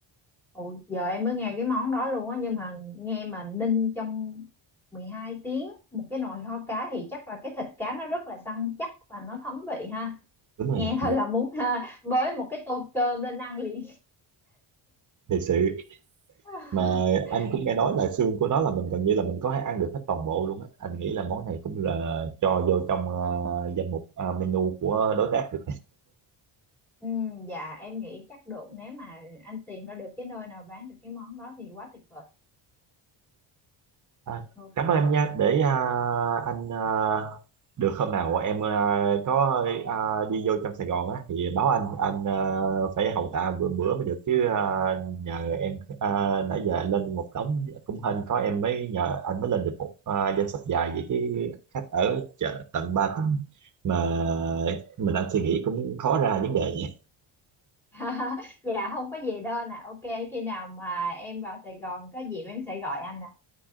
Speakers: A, in the centre; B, on the right.
A: Ồ, giờ em mới nghe cái món đó luôn á nhưng mà nghe mà ninh trong 12 tiếng một cái nồi kho cá thì chắc là cái thịt cá nó rất là săn chắc và nó thấm vị ha
B: đúng rồi
A: nghe thôi là muốn ha, bới một cái tô cơm lên ăn liền
B: thiệt sự
A: <laughs>
B: mà anh cũng nghe nói là xương của nó là mình gần như là mình có thể ăn được hết toàn bộ luôn á anh nghĩ là món này cũng là cho vô trong ờ, danh mục ờ, menu của đối tác được
A: ừ, dạ em nghĩ chắc được nếu mà anh tìm ra được cái nơi nào bán được cái món đó thì quá tuyệt vời
B: À,
A: ok
B: cảm ơn em nha để à, anh à, được hôm nào em à, có à, đi vô trong Sài Gòn á thì báo anh anh à, phải hậu tạ bữa bữa mới được chứ à, nhờ em à, nãy giờ anh lên một đống cũng hên có em mới nhờ anh mới lên được một à, danh sách dài vậy chứ khách ở chợ tận ba tuần mà mình anh suy nghĩ cũng khó ra vấn đề nha
A: <laughs> dạ không có gì đâu nè ok khi nào mà em vào Sài Gòn có dịp em sẽ gọi anh nè